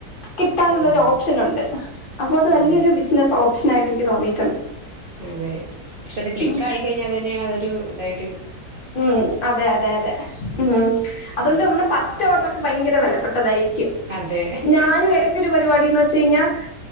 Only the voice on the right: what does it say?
ഉം
അതെ
അതെ ക്ഷെ അത് ക്ലിക്കായികയ്ഞ്ഞാ
അതന്നേണതൊരു ദ ട്ട്
അങ്ങനെ
അതെ